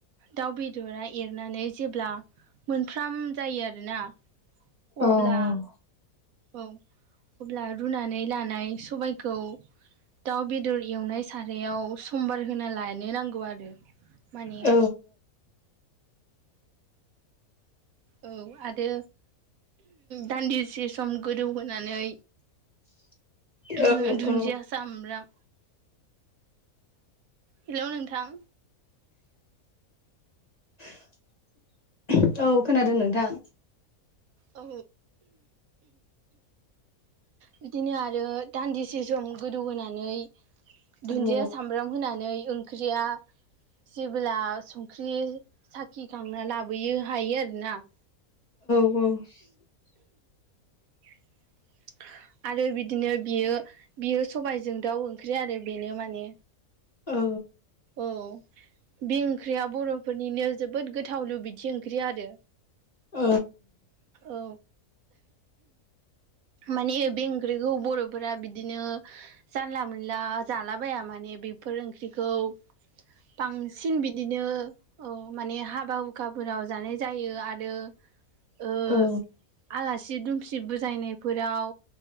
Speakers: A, on the right; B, on the left.
A: दाउ बेदरा एरनानै जेब्ला मोनफ्राम जायो आरोना।
B: औ
A: अब्ला औ अब्ला रुनानै लानाय सबाइखौ दाउ बेदर एवनाय सारायाव समबार होना लानो नांगौ आरो। माने
B: औ
A: औ आरो दान्दिसे सम गोदौहोनानै
B: <inaudible>
A: धुन-धुन्जिया
B: औ औ
A: सामब्राम हेलौ नोंथां
B: <inaudible> औ खोनादों नोंथां।
A: औ बिदिनो आरो दान्दिसे सम गोदौहोनानै
B: औ
A: दुन्दिया
B: औ
A: सामब्राम होनानै ओंख्रिया जेबोला संख्रि साखिखांना लाबोयो हायो आरोना। <inaudible>
B: <inaudible>
A: <inaudible> आरो बिदिनो बियो बियो सबायजों दाउ ओंख्रि आरो बेनो माने
B: औ
A: औ बे ओंख्रिया बर'फोरनिनो जोबोद गोथाव लुबैथि ओंख्रि आरो।
B: औ
A: औ माने बे ओंख्रिखौ बर'फोरा बिदिनो जानला मोनला जाला बाया माने बेफोर ओंख्रिखौ बांसिन बिदिनो औ माने हाबा हुखाफोराव जानाय जायो आरो। ओ
B: औ
A: आलासि दुमसि बुजायनायफोराव